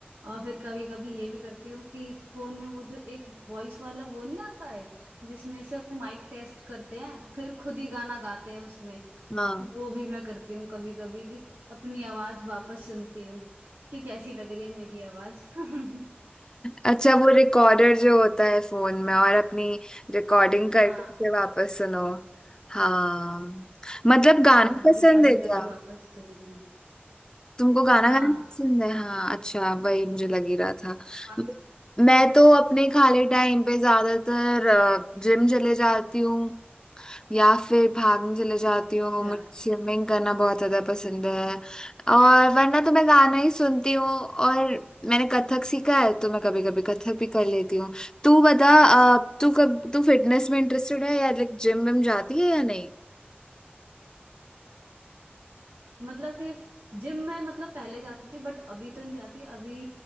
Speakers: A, on the right (about 80°); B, on the left (about 20°).
A: और फिर कभी कभी ये भी करती हूँ कि फोन में वो जो एक वॉइस वाला वो नहीं आता है जिसमें से माइक टेस्ट करते हैं फिर खुद ही गाना गाते हैं उसमें
B: हाँ
A: वो भी मैं करती हूँ कभी कभी कि अपनी आवाज वापस सुनती हूँ कि कैसी लग रही है मेरी आवाज <laughs>
B: अच्छा वो रिकॉर्डर जो होता है फोन में और अपनी रिकॉर्डिंग करके
A: हाँ
B: फिर वापस सुनो हाँ मतलब गाना
A: हाँ
B: पसंद
A: रिकॉर्डिंग
B: है क्या
A: करके वापस सुनती हूँ।
B: तुमको गाना
A: हाँ
B: गाना पसंद है हाँ अच्छा वही मुझे लग ही रहा था
A: हाँ,
B: मैं तो अपने खाली टाइम पे ज्यादातर जिम चले जाती हूँ या फिर भागने चले जाती
A: अच्छा
B: हूँ मुझे स्विमिंग करना बहुत ज्यादा पसंद है और वरना तो मैं गाना ही सुनती हूँ और मैंने कथक सीखा है तो मैं कभी कभी कथक भी कर लेती हूँ तू बता अ, तू कब तू फिटनेस में इंटरेस्टेड है या लाइक जिम विम जाती है या नहीं
A: मतलब कि जिम में मतलब पहले जाती थी बट अभी तो नहीं जाती अभी